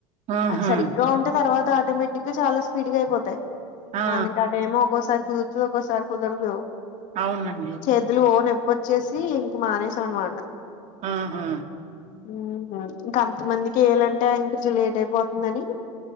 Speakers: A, on the right (about 50°); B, on the left (about 55°).
A: ఆహా
B: అది సరిగ్గా ఉంటే తర్వాత ఆటోమేటిక్ గా చాలా స్పీడ్ గా అయిపోతాయి.
A: ఆ
B: మనకి అదేమో ఒక్కోసారి కుదురుతది ఒక్కోసారి కుదరదు.
A: అవునండి.
B: చేతులు ఓ నొప్పిచ్చేసి ఇంక మానేసాం అన్నమాట.
A: ఆహా.
B: ఉమ్ ఇంకాంత మందికి ఇయ్యాలంటే ఇప్పిచ్చుడు లేట్ అయిపోతుందని.